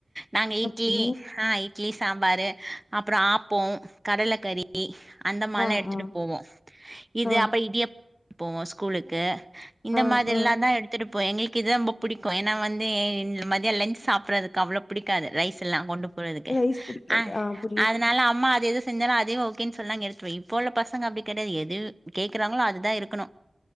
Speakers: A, on the right; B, on the left.
A: நாங்க இட்லி
B: ஓகே.
A: ஆஹ் இட்லி சாம்பாரு அப்பறோ ஆப்போம் கடலக்கறி அந்த மாலே
B: ஆ
A: எடுத்துட்டு
B: ஆ
A: போவோ இது
B: ஆ
A: அப்ப இடியப் போவோ ஸ்கூலுக்கு இந்த
B: ஆ
A: மாதிரி
B: ஆ
A: எல்லா தா எடுத்துட் இப்போ எங்களுக்கி இதா ரொம்ப புடிக்கு ஏன்னா வந்து இந்த மதிய லஞ்ச் சாப்பறதுக்கு அவ்ள பிடிக்காது ரைஸ் எல்லா கொண்டு போறதுக்கு
B: ரைஸ் பிடிக்காது.
A: ஆ
B: புரியுது.
A: அதனால அம்மா அது எது செஞ்சால அதே ஓகேன்னு சொன்னாங்க எடுத்து வை இப்போ உள்ள பசங்க அப்டி கெடையாது எது கேக்குறாங்களோ அதுதா இருக்கணு